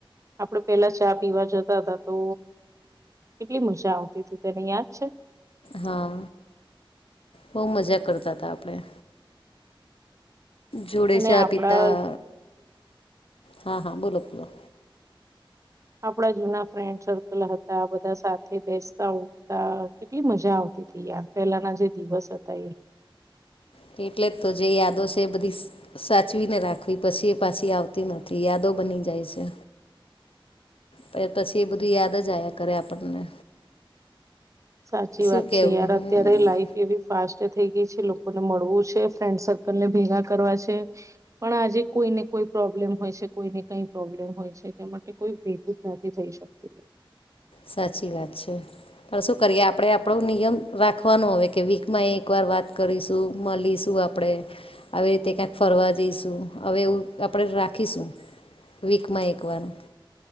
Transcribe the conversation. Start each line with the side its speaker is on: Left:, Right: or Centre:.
Right: આપડે પેલા ચા પીવા જતા તા તો કેટલી મજા આવતી હતી તને યાદ છે.
Left: હા બહુ મજા કરતા હતા આપણે જોડે
Right: અને
Left: ચા
Right: આપડા
Left: પીતા હા હા બોલો બોલો
Right: આપડા જૂના ફ્રેન્ડ સર્કલ હતા બધા સાથે બેસતા ઊઠતા કેટલી મજા આવતી હતી યાર પહેલાના જે દિવસ હતા એ
Left: કે એટલે તો જે યાદો છે બધી સાચવી ને રાખવી પછી એ પાછી આવતી નથી યાદો બની જાય છે. પ પછી એ બધું યાદ જ આયા કરે આપણને
Right: સાચી
Left: શું
Right: વાત
Left: કેવું
Right: છે યાર
Left: હમ
Right: અત્યારે લાઈફ એવી ફાસ્ટ થઈ ગઈ છે લોકોને મળવું છે ફ્રેન્ડ સર્કલ ને ભેગા કરવા છે. પણ આજે કોઈને કોઈ પ્રોબ્લેમ હોય છે કોઈને કઈ પ્રોબ્લેમ હોય છે એ માટે કોઈ ભેગું જ નથી થઈ શ શક
Left: સાચી વાત છે. પણ શું કરીએ આપણે આપણો નિયમ રાખવાનો હો કે વીકમાં એક વાર વાત કરીશું મળીશું. આપણે આવી રીતે ક્યાંક ફરવા જઈશું હવે એવું આપણેે રાખીશું વિકમા એકવાર